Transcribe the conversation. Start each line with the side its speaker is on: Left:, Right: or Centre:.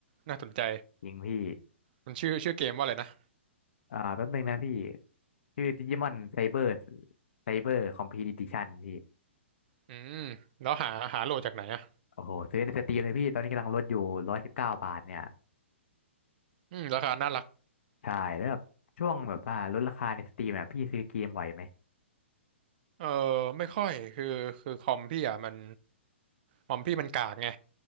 Right: น่าสนใจ
Left: จริงพี่
Right: มันชื่อชื่อเกมว่าอะไรนะ
Left: อ่าแป๊บนึงนะพี่ชื่อดิจิมอนไซเบอร์ไซเบอร์คอมพีดิชั่นพี่
Right: อืมแล้วหาหาโหลดจากไหนอะ
Left: โอ้โหซื้อในสตรีมเลยพี่ตอนนี้กำลังลดอยู่ร้อยสิบเก้าบาทเนี่ย
Right: อืมราคาน่ารัก
Left: ใช่แล้วแบบช่วงแบบว่าลดราคาในสตรีมอ่ะพี่ซื้อเกมบ่อยไหม
Right: เออไม่ค่อยคือคือคอมพี่อ่ะมัน คอมพี่มันกากไง